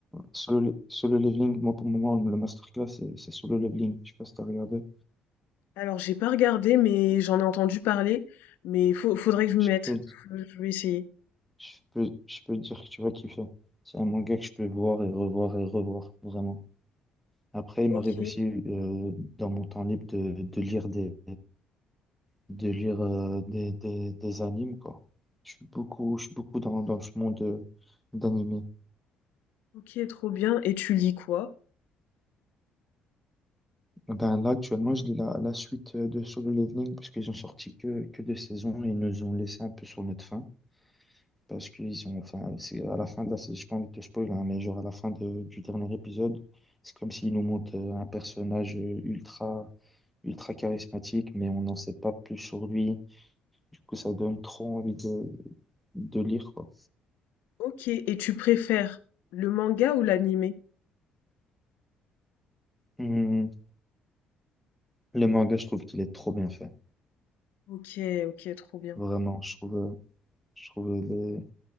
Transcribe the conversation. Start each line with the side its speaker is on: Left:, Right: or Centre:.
Centre: Solo, le- solo leveling, moi pour le moment, le masterclass, c'est c'est solo leveling. Je sais pas si t'as regardé.
Left: Alors j'ai pas regardé, mais j'en ai entendu parler, mais faut faudrait que je m'y
Centre: Je
Left: mette.
Centre: peux,
Left: Faut je vais essayer.
Centre: je peux, je peux dire que tu vas kiffer. C'est un manga que je peux voir et revoir et revoir, vraiment. Après, il
Left: OK,
Centre: m'arrive aussi euh, dans mon temps libre de, de lire des de lire euh, des, des, des animes quoi. Je suis beaucoup je suis beaucoup dans, dans ce monde euh, d'animé.
Left: OK, trop bien et tu lis quoi?
Centre: Ben là actuellement je lis la, la suite euh, de Solo Leveling parce qu'ils ont sorti que, que deux saisons et ils nous ont laissé un peu sur notre faim parce qu'ils ont enfin c'est à la fin de la saison j'ai pas envie de te spoiler hein, mais genre à la fin de- du dernier épisode c'est comme s'ils nous montrent euh, un personnage euh, ultra ultra charismatique mais on n'en sait pas plus sur lui Du coup, ça donne trop envie de, de lire, quoi.
Left: OK et tu préfères le manga ou l'animé?
Centre: Hum, Le manga, je trouve qu'il est trop bien fait.
Left: OK, OK, trop bien.
Centre: Vraiment, je trouve, euh, je trouve les,